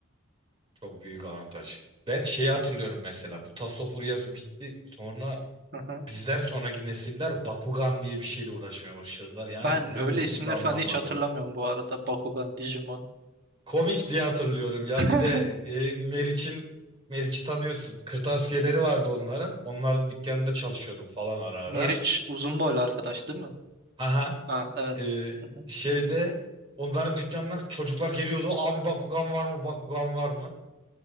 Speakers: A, on the right; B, on the right.
A: çok büyük avantaj. Ben şeyi hatırlıyorum mesela. Bu Tasso furyası bitti. Sonra
B: Aha.
A: bizden sonraki nesiller Bakugan diye bir şeyle uğraşmaya başladılar. Yani
B: Ben
A: ne
B: öyle
A: olduğunu
B: isimler
A: da anlamadım.
B: falan hiç hatırlamıyorum bu arada. Bakugan, Digimon.
A: Komik diye hatırlıyorum ya.
B: <laughs>
A: Bir de e, Meriç'in Meriç'i tanıyorsun. Kırtasiyeleri vardı onların. Onların dükkanında çalışıyordum falan ara ara.
B: Meriç uzun boylu arkadaş değil mi?
A: Aha.
B: Ha, evet.
A: Ee,
B: Aha.
A: şeyde onların dükkanına çocuklar geliyordu. Abi Bakugan var mı? Bakugan var mı?